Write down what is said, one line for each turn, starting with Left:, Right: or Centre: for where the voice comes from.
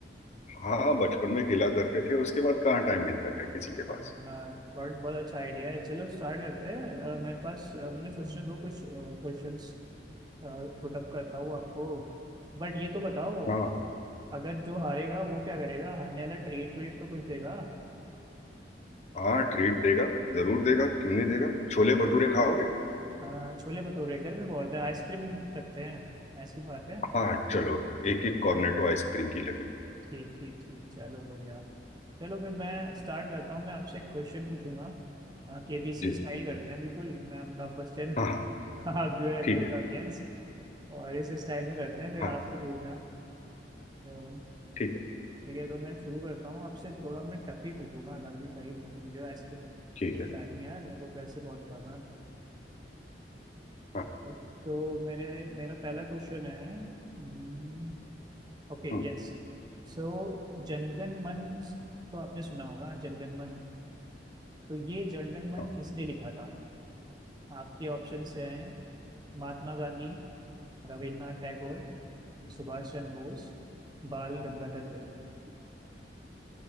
Left: हाँ बचपन में खेला करते थे उसके बाद कहाँ टाइम मिलता है किसी के
Right: हाँ,
Left: पास
Right: बहुत बहुत अच्छा आइडिया है चलो स्टार्ट करते हैं अ, मेरे पास अ, मुझे सोचने दो कुछ क्वेश्चंस पुट अप करता हूँ आपको बट ये तो बताओ
Left: हाँ
Right: अगर जो हारेगा वो क्या करेगा हारने वाला ट्रीट ट्रीट तो कुछ देगा
Left: हाँ ट्रीट देगा जरूर देगा क्यों नहीं देगा छोले भटूरे खाओगे
Right: हाँ छोले भटूरे इधर भी बहुत है आइसक्रीम रखते हैं आइसक्रीम खाते हैं
Left: हाँ चलो एक एक कॉर्नेटो आइसक्रीम की लगी
Right: ठीक ठीक ठीक चलो बढ़िया चलो फिर मैं स्टार्ट करता हूँ मैं आपसे एक क्वेश्चन पूछूंगा केबीसी
Left: जी
Right: स्टाइल करते हैं बिल्कुल मैं अमिताभ बच्चन <laughs>
Left: हाँ हाँ
Right: आप जो है
Left: ठीक
Right: मेरी
Left: है
Right: ऑडियंस और इस स्टाइल में करते हैं फिर
Left: हाँ
Right: आप भी पूछना तो
Left: ठीक है
Right: ठीक है तो मैं शुरू करता हूँ आपसे थोड़ा मैं टफ ही पूछूंगा हालांखि भाई म- मुझे आइसक्रीम
Left: ठीक
Right: नहीं खिलानी
Left: है
Right: है यार मेरे को पैसे बहुत करना है।
Left: हाँ
Right: तो मेरे मेरा पहला क्वेश्चन है हम्म, Okay
Left: हम्म
Right: yes so Jana Gana Mana तो आपने सुना होगा जनगण मन तो ये जनगण मन
Left: हाँ
Right: किसने लिखा था आपके ऑप्शन हैं महात्मा गांधी रविन्द्रनाथ टैगोर
Left: हम्म।
Right: सुभाष चंद्र बोस बाल गंगाधर तिलक